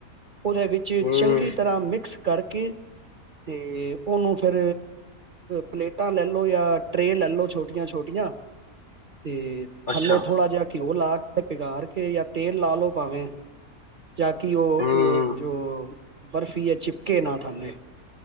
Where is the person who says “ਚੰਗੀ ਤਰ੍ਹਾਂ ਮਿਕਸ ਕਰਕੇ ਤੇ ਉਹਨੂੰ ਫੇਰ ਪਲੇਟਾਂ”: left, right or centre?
Right